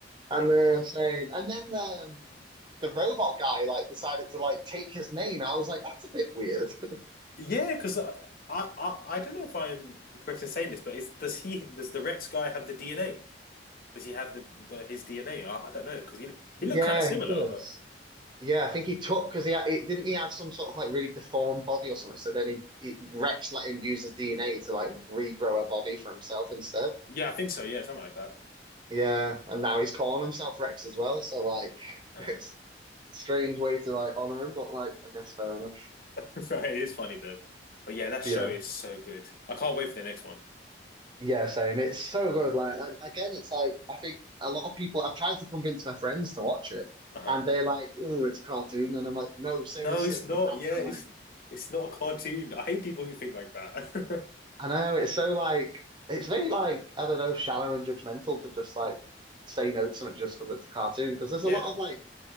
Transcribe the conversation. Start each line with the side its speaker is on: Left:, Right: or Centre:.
Right: And the same. And then um, the robot guy like decided to like take his name. I was like, that's a bit weird. <laughs>
Left: Yeah, because I, I I I don't know if I'm correct in saying this, but is does he does the Rex guy have the DNA? Does he have the, the his DNA? I, I don't know because he he looked
Right: Yeah,
Left: kind of similar,
Right: he does.
Left: but
Right: Yeah, I think he took because he had, it, didn't he have some sort of like really deformed body or something. So then he, he Rex let him use his DNA to like regrow a body for himself instead.
Left: yeah, I think so. Yeah, something like that.
Right: Yeah, and now he's calling himself Rex as well. So like, <laughs>
Left: Um,
Right: it's a strange way to like honor him, but like, I guess fair enough.
Left: <laughs> it is funny though, but yeah, that show
Right: Yeah.
Left: is so good. I can't wait for the next one.
Right: Yeah, same. It's so good. Like, and again, it's like I think a lot of people. I've tried to convince my friends to watch it,
Left: Uh huh.
Right: and they're like, "Oh, it's a cartoon," and I'm like, "No, seriously,
Left: No, it's
Right: you
Left: not.
Right: have
Left: Yeah,
Right: to
Left: it's
Right: like."
Left: it's not a cartoon. I hate people who think like that.
Right: I know it's so like it's very like I don't know, shallow and judgmental to just like say no to something just because it's a cartoon. Because there's
Left: <laughs> yeah,
Right: a lot of like